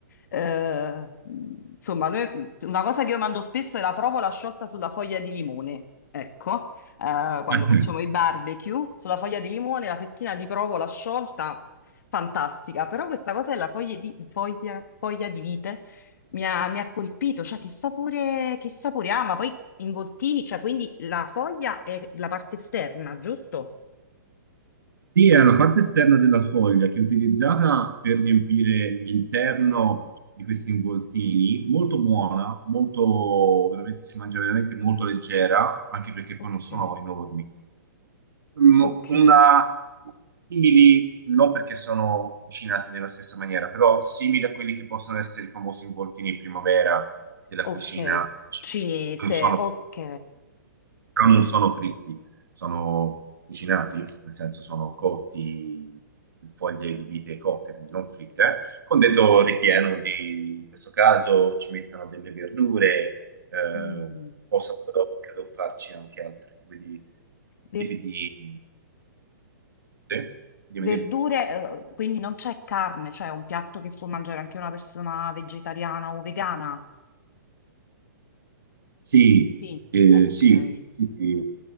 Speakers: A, on the left; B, on the right.
A: eh, insomma, noi- una cosa che io mando spesso è la provola sciolta sulla foglia di limone, ecco, eh, quando
B: ecco.
A: facciamo i barbecue, sulla foglia di limone, la fettina di provola sciolta, fantastica, però questa cosa della foglia di, foglia, foglia di vite mi ha, mi ha colpito, cioè che sapore, che sapore ha, ma poi involtini, cioè quindi la foglia è la parte esterna, giusto?
B: Sì, è una parte esterna della foglia che è utilizzata per riempire l'interno di questi involtini, molto buona, molto, veramente si mangia veramente molto leggera, anche perché poi
A: Ok,
B: non sono enormi. Mm,
A: ok,
B: Una simili, non perché sono cucinati nella stessa maniera, però simili a quelli che possono essere i famosi involtini in primavera della
A: ok,
B: cucina cinese.
A: cinese,
B: Non sono
A: ok.
B: però non sono fritti, sono cucinati, nel senso sono cotti, foglie di vite cotte, quindi non fritte, con dentro ripieno di, in questo caso ci mettono delle verdure, eh,
A: Mm.
B: posso però credo farci anche altri tipi di,
A: Ver-
B: tipi di... Sì? Dimmi,
A: verdure,
B: dimmi.
A: eh, quindi non c'è carne, cioè è un piatto che può mangiare anche una persona vegetariana o vegana?
B: Sì,
A: Sì.
B: eh,
A: Ok.
B: sì, sì, sì,